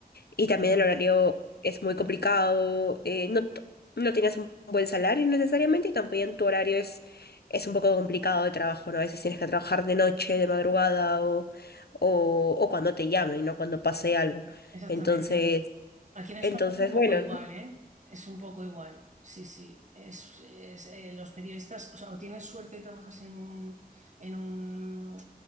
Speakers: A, on the left; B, on the right.
A: Y también
B: ajá.
A: el horario es muy complicado, eh, no, t- no tienes un buen salario necesariamente y también tu horario es, es un poco complicado de trabajo, ¿no? A veces tienes que trabajar de noche, de madrugada o, o, o cuando te llamen, no cuando pase algo.
B: Exactamente.
A: Entonces,
B: Aquí en España
A: entonces
B: es un poco
A: bueno,
B: igual,
A: ¿no?
B: ¿eh? Es un poco igual. Sí, sí. Es, es, eh, los periodistas, o sea, o tienes suerte y trabajas en un, en un,